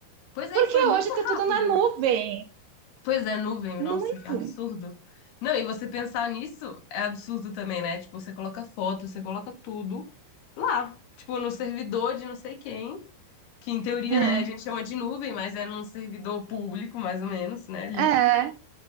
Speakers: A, on the left; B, on the right.
A: Pois é,
B: Porque
A: e foi muito
B: hoje tá tudo
A: rápido.
B: na nuvem.
A: Pois é, nuvem, nossa,
B: Muito.
A: que absurdo. Não, e você pensar nisso é absurdo também, né? Tipo, você coloca foto, você coloca tudo lá. Tipo, no servidor de não sei quem, que em teoria,
B: É,
A: né, a gente chama de nuvem, mas é num servidor público, mais ou menos, né, ali.
B: é,